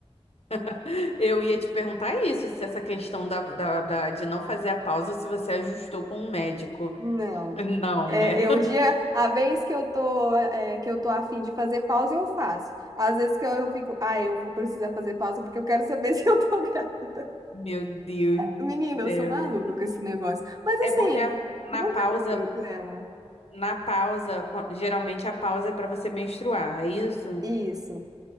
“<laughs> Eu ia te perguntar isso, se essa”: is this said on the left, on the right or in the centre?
Left